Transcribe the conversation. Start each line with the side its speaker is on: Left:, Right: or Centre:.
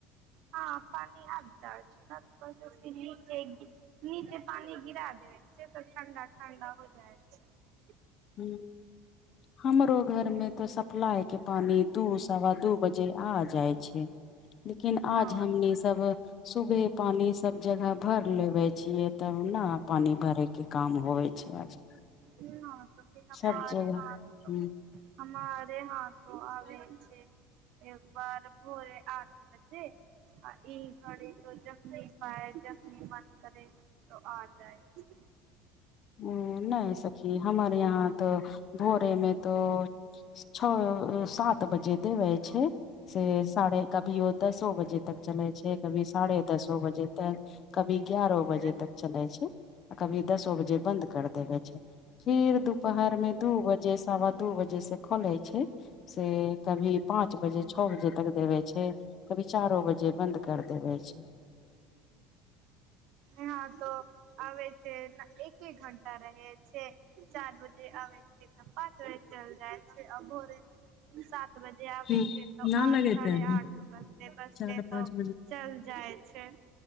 Right: हँ पानि <unintelligible> नीचे पानि गिरा देबे छैय तऽ ठण्डा ठण्डा हो जाइ छैय।
Left: हूं हमरो घरमें त सब प्लाय के पानी दू सवा दू बजे आ जाय छैय। लेकिन
Right: न
Left: आज हमनी सब सुबहे पानि सब जगह भर लेबे छियै तब न पानि भरेके काम होेय छैय आज।
Right: <unintelligible>
Left: सब जगह ह
Right: हँमारे हाथों आबे छैय। एक बार भोरे आठ बज्जे आ ई घड़ी त जखनी पाय जखनी मन करे त आ जाए छैय
Left: ओ नय सखी हमर यहाँ तऽ भोरे में त छअ सात बजे देबै छैय से साढ़े कभी ओ दसो बजे तक चलै छैय कभी साढ़े दसो बजे तऽ कभी ग्यारहो
Right: छै
Left: बजे तक चलै छैय आ कभी दसो बजे बन्द कर देबै छैय। फिर दुपहरमें दू बजे सवा दू बजे से खोले छैय। से कभी पाँच बजे छः बजे तक देबे छैय। कभी चारो बजे बन्द कर देबे छैय।
Right: यहां त आबे छैय एक्के घंटा रहे छैय चार बजे आबे <unintelligible> पाॅंच बजे चल जाइ छैय आ भोरे सात <unintelligible> बजे आबय
Left: ह
Right: छिये त
Left: न
Right: आठ
Left: लगेते
Right: साढ़े
Left: अभी
Right: आठ बजते बजते
Left: चार
Right: त
Left: पाँच
Right: चल जाइ छैय।